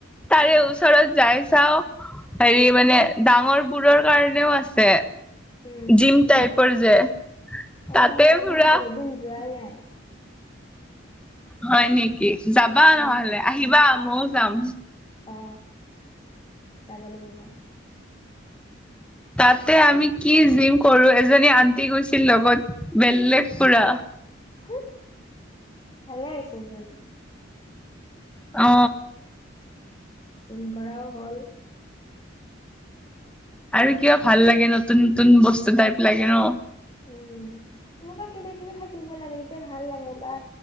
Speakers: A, in the centre; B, on the left.
A: তাৰে
B: অ,
A: ওচৰত যাই চাও হেৰি মানে ডাঙৰ বোৰৰ কাৰণেও আছে।
B: উম,
A: জিম টাইপৰ যে।
B: অ
A: তাতে পুৰা
B: মই বহুত দিন যোৱাই নাই।
A: হয় নেকি যাবা
B: উম,
A: নহলে আহিবা মইও যাম।
B: অ যাব লাগিব।
A: তাতে আমি কি জিম কৰো এজনী আন্টি গৈছিল লগত বেলেগ পুৰা।
B: হম ভালে হৈছে চোন৷
A: অ।
B: জিম কৰাও হ'ল।
A: আৰু কিবা ভাল লাগে নতুন-নতুন বস্তু টাইপ লাগে ন?
B: উম এনেকুৱা কিবা কিবি থাকিব লাগে তেতিয়া ভাল লাগে বা